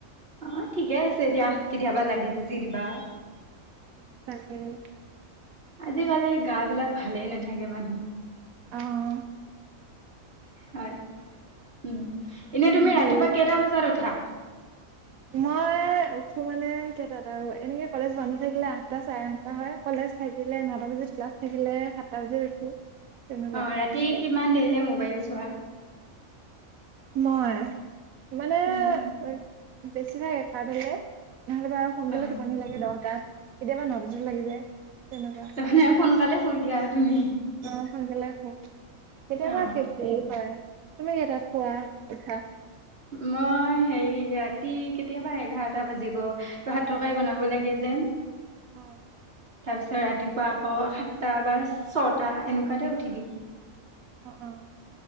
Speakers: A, on the right (about 45°); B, on the right (about 85°).
A: অ ঠিকে আছে দিয়া কেতিয়াবা লাগি যুজি দিবা।
B: হম
A: আজিকালি গা বিলাক ভালেই নাথাকে মানুহ।
B: আহ
A: হয় উম এনে তুমি ৰাতিপুৱা
B: হেৰি
A: কেইটা বজাত উঠা?
B: মই উঠো মানে কেইটাত আৰু এনেকে কলেজ বন্ধ থাকিলে আঠটা চাৰে আঠটা হয়, কলেজ- থাকিলে নটা বজাত ক্লাছ থাকিলে সাতটা বজাত উঠো তেনেকুৱা।
A: অ ৰাতি
B: তুমি?
A: কিমান দেৰিলে মোবাইল চোৱা
B: মই মানে
A: উম
B: বেছি ভাগ এঘাৰটালে নহ'লেবা আৰু সোনকালে
A: অ
B: টোপনি লাগে দহটাত, কেতিয়াবা নটাতো লাগি যায়। তেনেকুৱা
A: তাৰ মানে সোনকালে শুই দিয়া আৰু তুমি,
B: অ সোনকালে শুম কেতিয়াবা
A: অ
B: দেৰি হয়। তুমি কেইটাত খোৱা উঠা?
A: মই হে ৰাতি কেতিয়াবা এঘাৰটা বাজিব। ভাত তৰকাৰি বনাব
B: অ
A: লাগে যে
B: অ
A: তাৰপিছত ৰাতিপুৱা আকৌ সাতটা বা ছটা এনেকুৱাতে উঠি দিওঁ
B: অহ অহ